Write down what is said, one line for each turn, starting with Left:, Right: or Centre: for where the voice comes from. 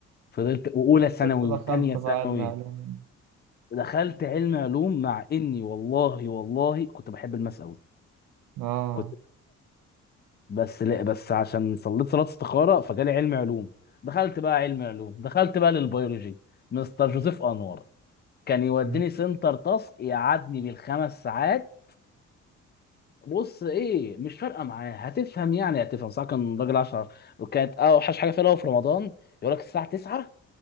Left: فضلت واولى ثانوي
Right: كنت دخلت
Left: وتانية ثانوي
Right: بقى علم علوم
Left: دخلت علم علوم مع اني والله والله كنت بحب الماس قوي
Right: آه
Left: كنت بس لا بس عشان صليت صلاة استخارة فجالي علم علوم دخلت بقى علم علوم دخلت بقى للبيولوجي مستر جوزيف انور كان يوديني
Right: يا
Left: سنتر تاسك يقعدني بالخمس ساعات بص ايه مش فارقه معاه هتفهم يعني هتفهم صح كان راجل 10 وكانت اوحش حاجه فيها اللي هو في رمضان يقول لك الساعه 9